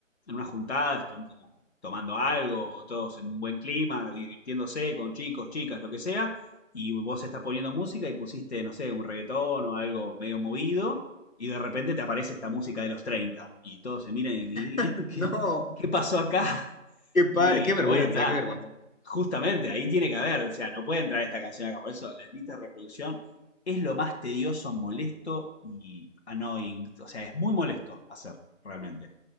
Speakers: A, on the left (about 55°); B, on the left (about 85°).
A: en una juntada, están como tomando algo, todos en un buen clima, divirtiéndose con chicos, chicas, lo que sea, y vos estás poniendo música y pusiste, no sé, un reggaetón o algo medio movido, y de repente te aparece esta música de los 30 y todos se miran y, y-
B: <laughs>
A: y- ¿qué,
B: No,
A: qué pasó acá? <laughs>
B: qué, pa-
A: Y,
B: qué vergüenza,
A: y bueno, nada,
B: qué vergüenza.
A: Justamente, ahí tiene que haber, o sea, no puede entrar esta canción acá. Por eso, las listas de reproducción es lo más tedioso, molesto y annoying. O sea, es muy molesto hacer, realmente.